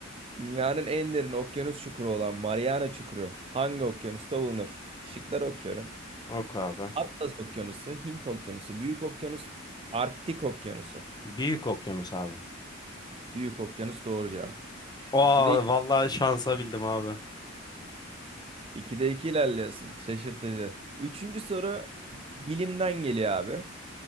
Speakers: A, on the right; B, on the left.
A: Dünyanın en derin okyanus çukuru olan Mariana Çukuru hangi okyanusta bulunur? Şıkları okuyorum.
B: Oku abi.
A: Atlas Okyanusu, Hint Okyanusu, Büyük Okyanus, Arktik Okyanusu.
B: Büyük okyanus abi.
A: Büyük Okyanus doğru cevap. Ş-
B: Aa
A: İkide iki,
B: vallahi şansa bildim abi.
A: ikide iki ilerliyorsun. Şaşırtıcı. Üçüncü soru bilimden geliyor abi.